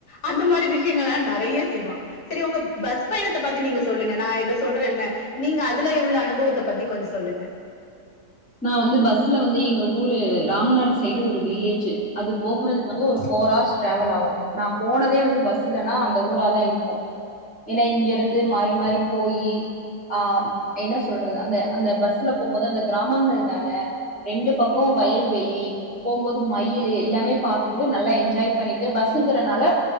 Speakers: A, on the left (about 80°); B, in the centre.
A: அந்த மாரி விஷயங்கள்லாம் நெறய செய்வான் செரி உங்க பஸ் பயணத்தை பத்தி நீங்க சொல்லுங்க நான் இத சொல்றே என்ன நீங்க அதுல உள்ள அனுபவத்தை பத்தி கொஞ்சோ சொல்லுங்க
B: நான் வந்து பஸ்ல வந்து எங்க ஊரு ராம்நாடு சைடு ஒரு வில்லேஜு அது போகுறதுக்கு வந்து ஒரு ஃபோர் ஹர்ஸ் டிரவல் ஆகு நான போனதே வந்து பஸ்லனா அந்த ஊரா தான் இருக்கூ ஏன்னா இங்க இருந்து மாரி மாரி போயி ஆ என்ன சொல்றது அந்த அந்த பஸ்ல போம்போது அந்த கிராமங்கள் தான ரெண்டு பக்கம் வயல்வெளி போம்போது மயிலு எல்லாமே பாத்துக்கிட்டு நல்லா என்ஜாய் பண்ணிட்டு பஸ்சுகிறனால